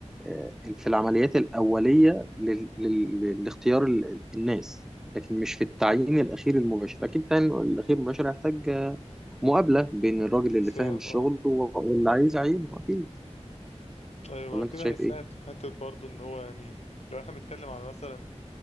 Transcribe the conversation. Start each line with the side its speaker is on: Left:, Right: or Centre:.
Centre: آه، في العمليات الأولية لل- لل- لاختيار ال- الناس لكن مش في التعيين الأخير المباشر أكيد التعيين الأخير المباشر هيحتاج آه، مقابلة بين الراجل
Left: انسان
Centre: اللي فاهم الشغل
Left: اه
Centre: و- واللي عايز يعينه أكيد
Left: ايوه
Centre: ولا
Left: ما كده
Centre: أنت شايف
Left: هيساعد
Centre: إيه؟
Left: في حته برضه ان هو يعني لو احنا بنتكلم على مثلا